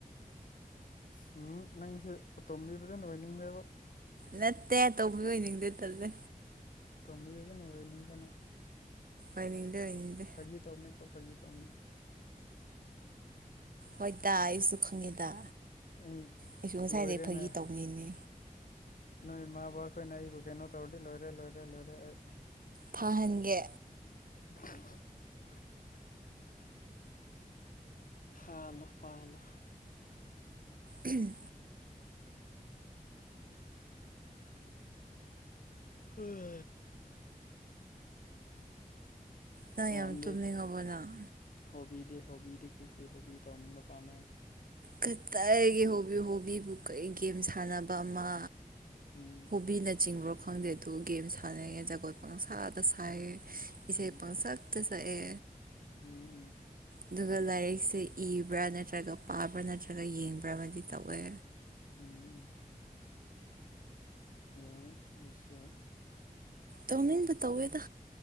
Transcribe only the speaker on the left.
ꯍꯨꯝ ꯅꯪꯁꯦ ꯑꯇꯣꯝꯕꯤ ꯐꯖꯅꯥ ꯑꯣꯏꯅꯤꯡꯂꯦꯕꯣ
ꯇꯣꯝꯕꯤ ꯐꯖꯅꯥ ꯑꯣꯏꯅꯤꯡ ꯈꯔꯦ ꯅꯪ
ꯐꯥꯒꯤ ꯇꯧꯅꯦ ꯀꯣ ꯐꯥꯒꯤ ꯇꯧꯅꯦ
ꯑꯩ
ꯂꯣꯏꯔꯦꯅꯦ
ꯅꯣꯏ ꯏꯃꯥ ꯕꯕꯥ ꯑꯩꯈꯣꯏꯅ ꯑꯩꯕꯨ ꯀꯩꯅꯣ ꯇꯧꯔꯗꯤ ꯂꯣꯏꯔꯦ ꯂꯣꯏꯔꯦ ꯂꯣꯏꯔꯦ ꯑꯩ
<inaudible> ꯐꯥꯍꯜꯂꯣ ꯐꯥꯍꯜꯂꯣ
<inaudible>
ꯇꯣꯉꯥꯟꯗꯤ
ꯍꯣꯕꯤꯗꯤ ꯍꯣꯕꯤꯗꯤ ꯀꯔꯤ ꯀꯔꯤ ꯍꯣꯕꯤ ꯇꯧꯅꯤꯡꯕ ꯄꯥꯝꯃꯦ
ꯎꯝ꯫
ꯎꯝ
ꯎꯝ꯫
ꯎꯝ꯫ ꯌꯥꯏꯌꯦꯗꯨꯁꯨ